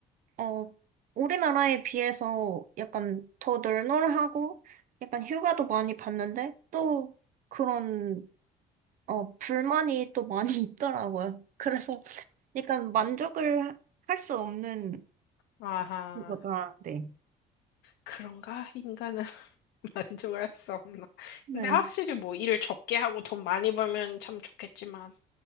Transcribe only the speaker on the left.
아하,
그런가? 인간은 <laughs> 만족할 수 없나.
근데 확실히 뭐, 일을 적게 하고 돈 많이 벌면 참 좋겠지만,